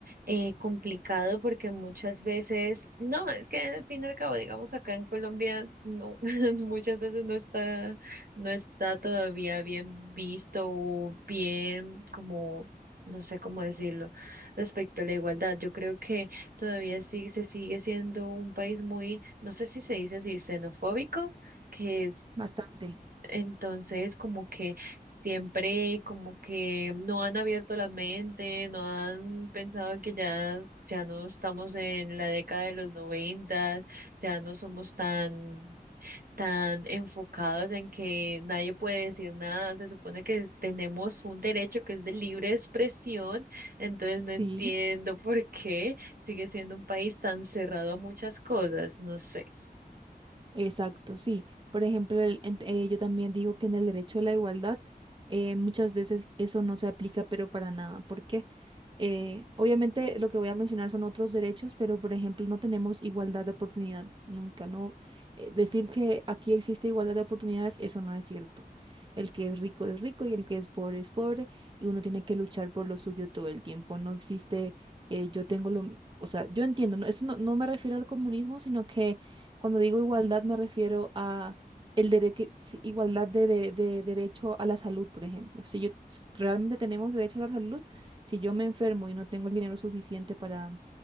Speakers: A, on the right; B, on the right.
A: eh, complicado porque muchas veces, no, es que al fin y al cabo, digamos acá en Colombia, no, <laughs> muchas veces no está, no está todavía bien visto o bien como, no sé cómo decirlo, respecto a la igualdad. Yo creo que todavía sí se sigue siendo un país muy, no sé si se dice así, xenofóbico que es
B: Bastante.
A: entonces, como que siempre, como que no han abierto la mente, no han pensado que ya, ya no estamos en la década de los noventas, ya no somos tan, tan enfocados en que nadie puede decir nada. Se supone que es- tenemos un derecho que es de libre expresión, entonces no entiendo
B: sí.
A: por qué sigue siendo un país tan cerrado a muchas cosas, no sé.
B: Exacto, sí. Por ejemplo, el- en- eh, yo también digo que en el derecho a la igualdad eh, muchas veces eso no se aplica, pero para nada. ¿Por qué? Eh, obviamente lo que voy a mencionar son otros derechos, pero por ejemplo no tenemos igualdad de oportunidad nunca, ¿no? Eh, decir que aquí existe igualdad de oportunidades, eso no es cierto. El que es rico es rico y el que es pobre es pobre y uno tiene que luchar por lo suyo todo el tiempo. No existe, eh, yo tengo lo, m- o sea, yo entiendo, ¿no? Eso no, no me refiero al comunismo, sino que cuando digo igualdad me refiero a... El derecho, igualdad de, de de derecho a la salud, por ejemplo. Si yo realmente tenemos derecho a la salud, si yo me enfermo y no tengo el dinero suficiente para,